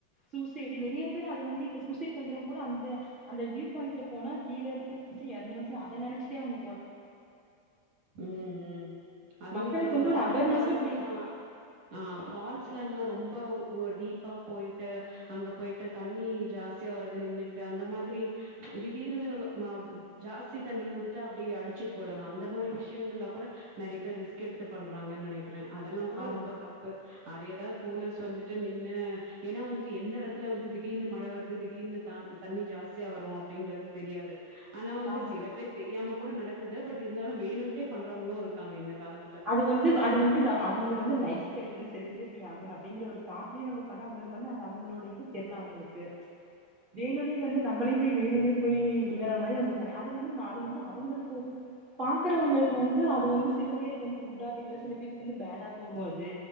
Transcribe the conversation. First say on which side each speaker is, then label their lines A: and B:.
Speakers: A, on the right; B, on the right.
A: சூசை டு நிறையா பேர் அது வந்து இப்ப சூசை பண்றவங் கூட அந்த அந்த வியூ பாயிண்ட்ல போனா கீழ இருந்து <inaudible> இறந்துருனு ல்ல அத நினைச்சிட்டே அவுங்
B: உம் உம் அதுவூ
A: மக்களுக்கு
B: இந்த மாரி
A: வந்து
B: வாட்டர்
A: ஒரு அவேர்னஸு
B: பால்ஸ்
A: கிரியேட்
B: எல்லா ஆஹ் ஃபால்ஸ்லல்லா ரொம்போ ஓ டீப்பா போயிட்டு அங்க போயிட்டு தண்ணி ஜாஸ்தியா வருதுன்னு நின்னுட்டு அந்த மாதிரி ப்ச் திடீர்னு நா ஜாஸ்தி தண்ணி வந்துட்டா அப்படி அடிச் போடலா அந்த மாரி விஷயங்கள்லா கூட நிறையா பேர் ரிஸ்க் எடுத்து பண்றாங்கன்னு நினை க்கிற அதெல்லாங் கூட
A: ஆ
B: ரொம்ப தப்பு அதேதா போலீஸ் வந்துட்டு நின்னு ஏனா வந்துட்டு எந்த எடத்துல வந்து திடீர்னு மழ வர்து திடீர்னு த தண்ணி ஜாஸ்தியா வரு அப்படின்றது தெரியாது ஆனா வந்து
A: ஆமாங்க
B: சில பேர் தெரியாம கூட நடக் க்குது பட் இருந்தாலு வேணும்ட்டே பண்றவங்களூ இருக்காங்க இந்த காலத்துல.
A: அது வந்து அது வந்து அவுங்களுக் வந்து லைஃப் கெடைக்குனு செலிபிரெட்டி ஆகனு அப்பிடிங்கிற ஒரு ஸ்டாட்லியே இவங் பண்ணா அவுங்களுக்கு வந்து அது அவங்குளோட இது தெரியலா அவுங்களுக் க்கு வேணுனே வந்து நம்மளே போய் வேணுனே போய் விளற மா ந்த மாரி அவுங் பண் அது வந்து அது வந்து அவுங்களுக்கு ஓக்கே பாக்கறவங்களுக்கு வந்து அது வந்து சில ல பேருக்கு வந்து குட்டா தெரிலா சில பேத்துக்கு வந்து பேடா தோணு அது